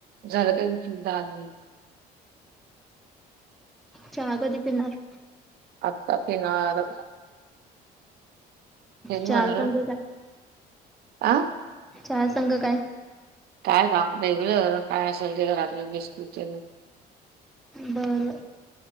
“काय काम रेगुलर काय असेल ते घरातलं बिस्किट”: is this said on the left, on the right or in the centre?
Right